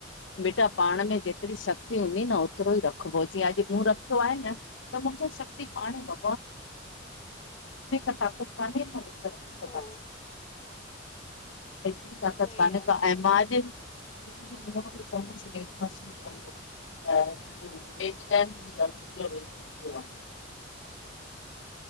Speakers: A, on the left; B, on the left.
A: बेटा, पाण में जेतिरी शक्ति हूंदी न होतिरो ई रखिबो। जीअं अॼु मूं रखियो आहे न त मूंखे शक्ति कान्हे का <unintelligible> ताक़त काने न <unintelligible>
B: हा
A: हेतिरी ताकत
B: सही
A: कान्हे
B: आहे
A: का ऐं मां अॼु <unintelligible> आ <unintelligible>